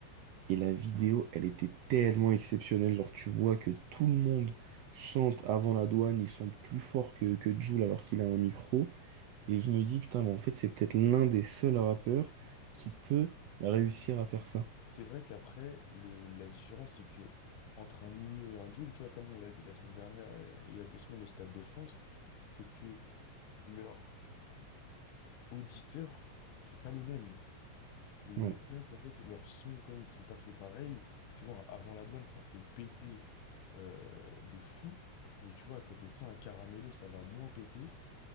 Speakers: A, on the right (about 75°); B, on the left (about 85°).
A: Et la vidéo, elle était tellement exceptionnelle. Genre, tu vois que tout le monde chante avant la douane, il chante plus fort que, que Jul alors qu'il a un micro. Et je me dis, putain, mais en fait, c'est peut-être l'un des seuls rappeurs qui peut réussir à faire ça.
B: C'est vrai qu'après, le, la différence, c'est que entre un Nino et un Jul, tu vois, comme on l'a vu la semaine dernière et, et il y a deux semaines au Stade de France, c'est que leurs auditeurs, c'est pas les mêmes. Et
A: Ouais.
B: rien qu'en fait, leurs sons, comme ils sont pas faits pareil, tu vois, un avant la douane, ça peut péter euh, de fou, mais tu vois, à côté de ça, un caramello, ça va moins péter,